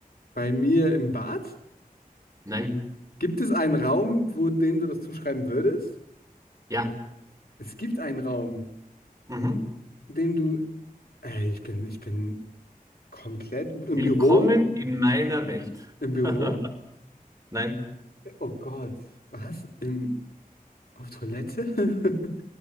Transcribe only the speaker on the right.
nein.
Ja.
Mhm.
Willkommen
in meiner Welt.
<laughs> Nein,